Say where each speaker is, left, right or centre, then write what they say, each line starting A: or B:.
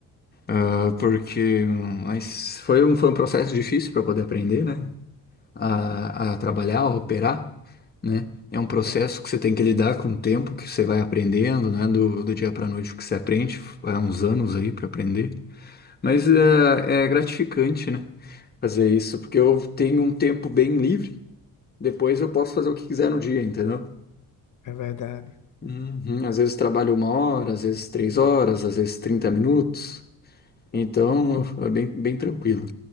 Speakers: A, on the left; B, on the left.
A: ah, porque hum, mas foi um, foi um processo difícil para poder aprender, né? A, a trabalhar, a operar, né? É um processo
B: sim,
A: que você tem que lidar com o tempo que você vai aprendendo, né? Do, do dia para noite que você aprende, é uns anos aí para aprender. Mas é, é gratificante, né? Fazer isso, porque eu tenho um tempo bem livre, depois eu posso fazer o que quiser no dia, entendeu?
B: é verdade.
A: Uhum, Às vezes trabalho uma hora, às vezes três horas, às vezes 30 minutos. Então é bem, bem tranquilo.